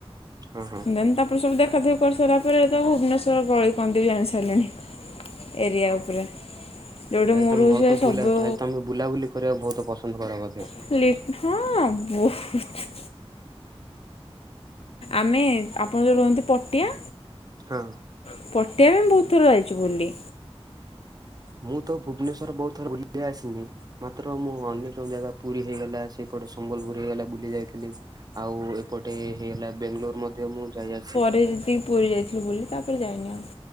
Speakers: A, on the right (about 40°); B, on the left (about 70°).
A: ହଁ ହଁ
B: ଦେନ୍ ତା ପୁଣି ସବୁ ଦେଖା ଦେଖି କରିସାରିଲା ପରେ ଏଇ ତ ଭୁବନେଶ୍ବର ପଳେଇ <unintelligible> ଜାଣିସାରିଲାଣି ଏରିଆ ଉପରେ। ଯୋଉଠି
A: ତାହେଲେ
B: ମୁଁ
A: ତମେ
B: ରହୁଛି
A: ବହୁତ
B: ସେ ସବୁ
A: ବୁଲା ତାହେଲେ ତମେ ବୁଲାବୁଲି କରିବାକୁ ବହୁତ ପସନ୍ଦ କର ବୋଧେ?
B: <unintelligible> ହଁ ବହୁତ୍। ଆମେ ଆପଣ ଯୋଉ ରୁହନ୍ତି ପଟିଆ
A: ହଁ।
B: ପଟିଆ ବି ଆମେ ବହୁତ ଥର ଯାଇଛୁ ବୁଲି।
A: ମୁଁ ତ ଭୁବନେଶ୍ଵର ବହୁତ ଥର ବୁଲିକି ଆସିନି। ମାତ୍ର ମୁଁ ଅନେକ ଜାଗା ପୁରୀ ହେଇଗଲା ସେପଟେ ସମ୍ବଲପୁର ହେଇଗଲା ବୁଲି ଯାଇଥିଲି। ଆଉ ଏପଟେ ହେଇଗଲା ବେଙ୍ଗଲୋର ମଧ୍ୟ ମୁଁ ଯାଇ ଆସି
B: ଏବେ ଯେତିକି ପୁରୀ ଯାଇଥିଲୁ ବୁଲି ତାପରେ ଯାଇନି ଆଉ।